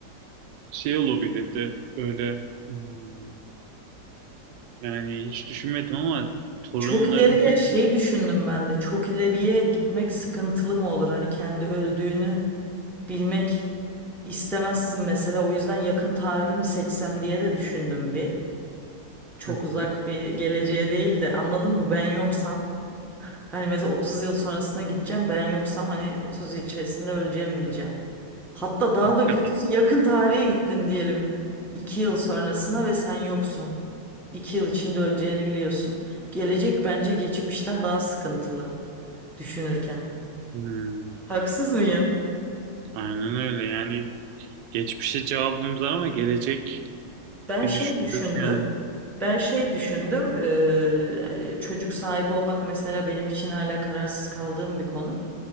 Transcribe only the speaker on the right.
şey olabilirdi böyle hmm, yani hiç düşünmedim ama torunlarını
Hı
hı.
Hakikaten.
Hmm,
Aynen öyle yani geçmişe cevabımız var ama gelecek
Bir
düşünüyorum
yani.